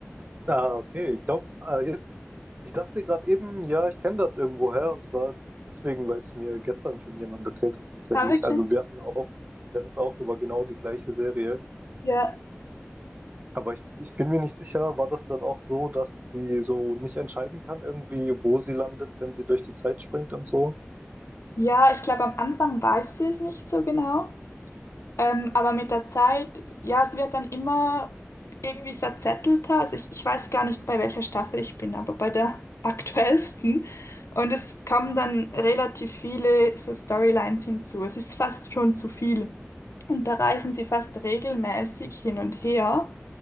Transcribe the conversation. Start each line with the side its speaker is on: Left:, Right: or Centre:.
Right: Ah, okay. Ich glaube, äh, jetzt, ich dachte gerade eben, ja, ich kenne das irgendwoher und zwar deswegen, weil es mir gestern schon jemand erzählt hat, tatsächlich.
Left: Ja, wirklich.
Right: Also wir hatten auch, wir hatten es auch über genau die gleiche Serie.
Left: Ja,
Right: Aber ich, ich bin mir nicht sicher, war das dann auch so, dass sie so nicht entscheiden kann, irgendwie, wo sie landet, wenn sie durch die Zeit springt und so?
Left: ja, ich glaube, am Anfang weiß sie es nicht so genau. Ähm, aber mit der Zeit, ja, es wird dann immer irgendwie verzettelter. Also ich, ich weiß gar nicht, bei welcher Staffel ich bin, aber bei der <laughs> aktuellsten. Und es kommen dann relativ viele so Storylines hinzu. Es ist fast schon zu viel. Und da reisen sie fast regelmäßig hin und her